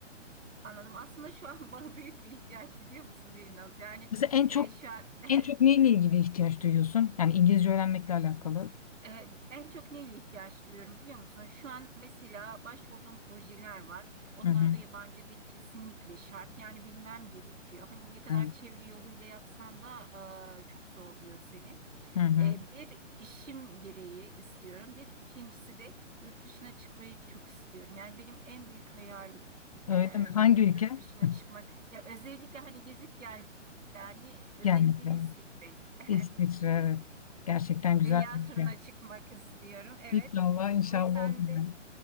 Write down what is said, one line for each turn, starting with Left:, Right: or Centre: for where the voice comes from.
Right: Anladım. Aslında şu an <laughs> bana büyük bir ihtiyaç biliyor musun biraz? Yani
Left: Mesela en
Right: e,
Left: çok
Right: şu an <laughs>
Left: en çok neyle ilgili ihtiyaç duyuyorsun? Yani İngilizce öğrenmekle alakalı.
Right: Ee, En çok neyle ihtiyaç duyuyorum biliyor musun? Şu an mesela başvurduğum projeler var. Onlarda
Left: Hı hı.
Right: yabancı dil kesinlikle şart. Yani bilmem gerekiyor. Hani ne kadar
Left: Evet.
Right: çeviri yoluyla yapsan da e, çok zorluyor seni.
Left: Hı hı.
Right: Ee, bir işim gereği istiyorum. Bir ikincisi de yurt dışına çıkmayı çok istiyorum. Yani benim en büyük hayalim
Left: Öyle
Right: e,
Left: mi? Hangi ülke?
Right: yurt dışına
Left: <laughs>
Right: çıkmak. Ya özellikle hani gezip gel yani özellikle
Left: Gelmek lazım.
Right: de İsviçre. <laughs>
Left: İsviçre evet. Gerçekten güzel
Right: Dünya
Left: bir
Right: turuna
Left: ülke.
Right: çıkmak istiyorum. Evet.
Left: İnşallah inşallah
Right: O yüzden
Left: olur.
Right: de
Left: yani.